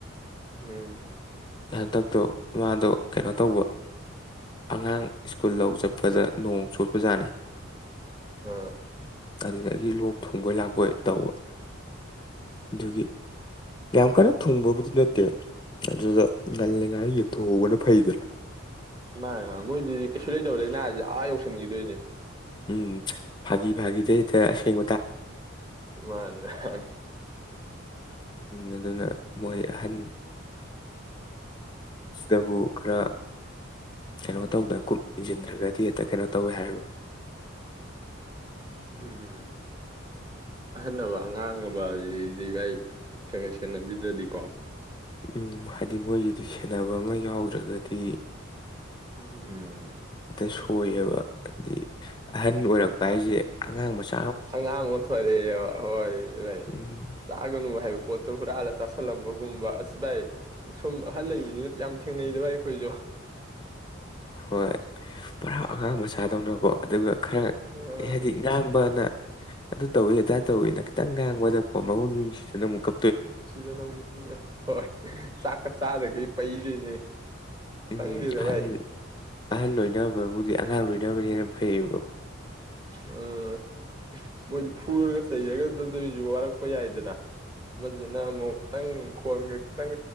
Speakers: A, on the right; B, on the left.
A: ꯎꯝ
B: ꯍꯟꯇꯛꯇꯣ ꯃꯥꯗꯣ ꯀꯩꯅꯣ ꯇꯧꯕ ꯑꯉꯥꯡ ꯁ꯭ꯀꯨꯜ ꯂꯧ ꯆꯠꯄꯗ ꯅꯣꯡ ꯆꯣꯠꯄꯖꯥꯠꯅꯤ
A: ꯑꯥ
B: <unintelligible> ꯂꯣꯛ ꯊꯨꯡꯕꯣꯏ ꯂꯥꯛꯄꯣꯏ ꯇꯧꯕ ꯑꯗꯨꯒꯤ ꯌꯥꯝ ꯀꯟꯅ ꯊꯨꯡꯕꯕꯨꯗꯤ ꯅꯠꯇꯦ ꯑꯗꯨꯗ ꯉꯜꯂꯤꯉꯥꯏ ꯌꯦꯡꯊꯣꯛꯍꯧꯕꯅ ꯐꯩꯗꯅ
A: ꯃꯥ ꯃꯣꯏꯁꯤꯗꯤ ꯀꯩꯁꯨ ꯂꯩꯇꯕ ꯂꯅꯥꯁꯤ ꯑꯥ ꯌꯧꯁꯤꯟꯈꯤꯗꯣꯏꯅꯦ
B: ꯎꯝ ꯐꯒꯤ ꯐꯒꯤꯗꯩ ꯑꯁꯦꯡ
A: ꯃꯥꯅꯦ ꯃꯥꯅꯤ
B: ꯑꯗꯨꯅ ꯃꯣꯏ ꯑꯍꯟ ꯁꯤꯗꯕꯨ ꯈꯔ ꯀꯩꯅꯣ
A: ꯎꯝ
B: ꯇꯧꯗ ꯌꯦꯡꯁꯤꯟꯗ꯭ꯔꯒꯗꯤ ꯍꯦꯛꯇ ꯀꯩꯅꯣ ꯇꯧꯋꯦ ꯍꯥꯏꯔꯤꯕ
A: ꯎꯝ ꯑꯍꯟꯅꯕ ꯑꯉꯥꯡ ꯑꯃꯗꯤ ꯚꯥꯏ ꯈꯔꯥ ꯈꯔꯥ ꯁꯦꯟꯅꯕꯤꯗ꯭ꯔꯗꯤꯀꯣ
B: ꯎ ꯍꯥꯏꯗꯤ ꯃꯣꯏꯁꯤꯗꯤ ꯁꯦꯟꯅꯕ ꯑꯃ ꯌꯥꯎꯗ꯭ꯔꯒꯗꯤ
A: ꯎꯝ
B: ꯍꯦꯛꯇ ꯁꯣꯏꯌꯦꯕ ꯍꯥꯏꯗꯤ ꯑꯍꯟ ꯑꯣꯏꯔꯛꯄ ꯍꯥꯏꯁꯦ ꯑꯉꯥꯡ ꯃꯁꯨ
A: ꯑꯉꯥꯡ ꯑꯣꯟꯊꯂꯛꯑꯦꯕ ꯍꯣꯏ ꯚꯥꯏ
B: ꯎꯝ
A: ꯆꯥꯒꯅꯨ ꯍꯥꯏꯕ ꯄꯣꯠꯇꯣ ꯍꯨꯔꯥ ꯆ ꯁꯜꯂꯝꯕꯒꯨꯝꯕ ꯑꯁꯤ ꯏ ꯁꯨꯝ ꯑꯍꯜ ꯂꯩꯕꯅꯤꯅꯦ ꯌꯥꯝ ꯊꯦꯡꯅꯩꯗ ꯏ ꯑꯩꯈꯣꯏꯁꯨ
B: ꯍꯣꯏ ꯄꯔꯥ ꯑꯉꯥꯡ ꯃꯆꯥꯗꯧꯅꯀꯣ ꯑꯗꯨꯒ ꯈꯔ
A: ꯑ
B: ꯍꯥꯏꯗꯤ ꯉꯥꯡꯕꯅ ꯑꯗꯨ ꯇꯧꯏꯤ ꯑꯗꯥꯏ ꯇꯧꯏꯤꯅ ꯈꯤꯇꯪ ꯉꯥꯡꯕꯗꯛꯄꯣ ꯃꯕꯨꯡ ꯅꯨꯡꯁꯤꯗꯅ ꯑꯃꯨꯛꯀ
A: ꯁꯤꯗꯅ ꯑꯃꯨꯛ ꯍꯣꯏ ꯆꯥꯛꯀ ꯆꯥꯗꯒꯩ ꯄꯩꯗꯣꯏꯅꯦ
B: ꯎꯝ
A: ꯈꯪꯗꯦꯗ
B: ꯑꯍꯜ
A: ꯚꯥꯏ
B: ꯑꯍꯜ ꯂꯣꯏꯅꯕꯕꯨꯗꯤ ꯑꯉꯥꯡ ꯂꯣꯏ ꯅ ꯐꯩ
A: ꯑ ꯃꯣꯐꯨꯔ ꯆꯩꯖꯒꯗꯗꯣꯏꯁꯨ ꯋꯥꯔꯛꯄ ꯌꯥꯏꯗꯅ ꯃꯁꯤꯅ ꯑꯃꯨꯛ ꯈꯤꯇꯪ ꯈꯣꯟꯒ ꯈꯤꯇꯪ